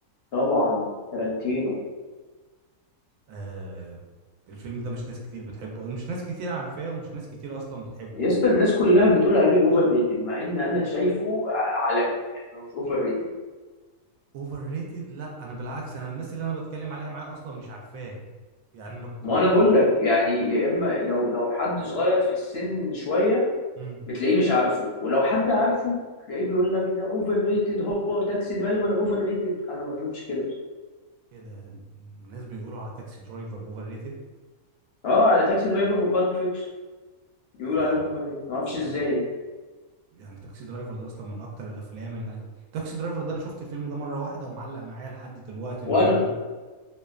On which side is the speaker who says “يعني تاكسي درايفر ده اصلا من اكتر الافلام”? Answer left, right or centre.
Right